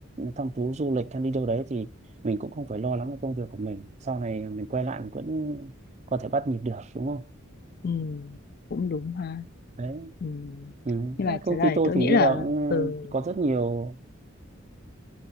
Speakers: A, on the right; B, on the left.
A: thăm thú du lịch hay đi đâu đấy thì mình cũng không phải lo lắng về công việc của mình sau này mình quay lại mình vẫn có thể bắt nhịp được đúng không
B: ừ cũng đúng ha
A: đấy
B: ừ
A: ừ.
B: nhưng
A: Đấy,
B: mà trở
A: công
B: lại
A: ty tôi
B: tôi
A: thì
B: nghĩ
A: bây
B: là
A: giờ cũng ờ,
B: ừ
A: có rất nhiều